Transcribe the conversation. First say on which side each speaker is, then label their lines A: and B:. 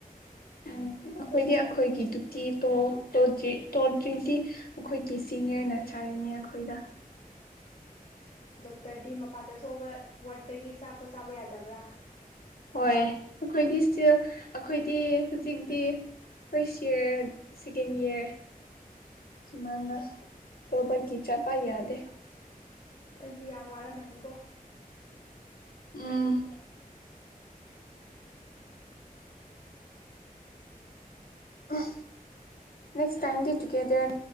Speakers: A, on the left; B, on the left.
A: ꯎꯝ ꯑꯩꯈꯣꯏꯗꯤ ꯑꯩꯈꯣꯏꯒꯤ ꯗꯨꯇꯤ ꯇꯣ ꯇꯣꯗ꯭ꯔꯤ ꯇꯣꯗ꯭ꯔꯤꯗꯤ ꯑꯩꯈꯣꯏꯒꯤ ꯁꯤꯅꯤꯌꯔꯅ ꯆꯩꯔꯅꯤ ꯑꯩꯈꯣꯏꯗ꯫
B: ꯗꯣꯛꯇꯔꯗꯤ ꯃꯄꯥꯟꯗ ꯊꯣꯛꯑꯒ ꯋꯥꯔꯠꯇꯒꯤ ꯆꯥꯄꯣꯠ ꯆꯥꯕ ꯌꯥꯗꯕ꯭ꯔꯥ꯫
A: ꯍꯣꯏ ꯑꯩꯈꯣꯏꯗꯤ ꯏꯁꯇꯤꯜ ꯑꯩꯈꯣꯏꯗꯤ ꯍꯧꯖꯤꯛꯇꯤ <unintelligible> ꯏꯌꯔ ꯁꯤꯀꯦꯟ ꯏꯌꯔ ꯁꯨꯃꯥꯏꯅ ꯇꯧꯕꯒꯤ ꯆꯥꯕ ꯌꯥꯗꯦ꯫
B: ꯅꯣꯏꯗꯤ ꯌꯥꯝ ꯋꯥꯔꯝꯃꯅꯤꯀꯣ꯫
A: ꯎꯝ꯫
B: <inaudible>
A: ꯑ ꯅꯦꯛꯁ ꯇꯥꯏꯝꯗꯤ ꯇꯨꯒꯦꯗꯔ